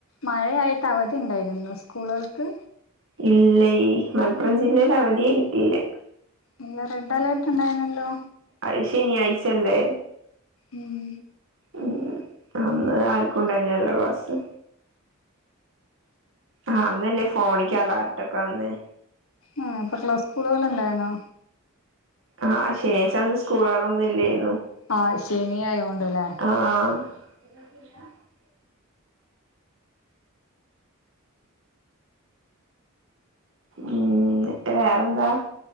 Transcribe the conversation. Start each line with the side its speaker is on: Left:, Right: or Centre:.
Left: മഴയായിട്ട് അവധി ഉണ്ടായിരുന്നു സ്കൂളുകൾക്ക്
Right: ഇല്ല മലപ്പുറം ജില്ലേല് അവധിയേ കിട്ടിയില്ല
Left: ഇല്ല റെഡ് അലേർട്ട് ഉണ്ടായിന്നല്ലോ
Right: അത് ശനി ആഴ്ച്ചല്ലേ
Left: മം
Right: ഉം അന്ന് ആർക്കും ഉണ്ടായിനല്ലേ ക്ലാസ്സ് ആ അന്നല്ലേ ഫോണക്ക് അലാർട്ടൊക്കെ വന്നേ
Left: ആ ഇപ്പൊ ക്ലാസ്സ് സ്കൂളുകൾ ഉണ്ടായിന്നോ
Right: ആഹ് ശനിആഴ്ച്ച അന്ന് സ്കൂളുകളൾ ഒന്നും ഇന്ന് ഇല്ലേനു
Left: ആഹ ശനിയായോണ്ടല്ലേ
Right: ആഹ് <inaudible> ഉം ഇനിട്ട് വേറെന്താ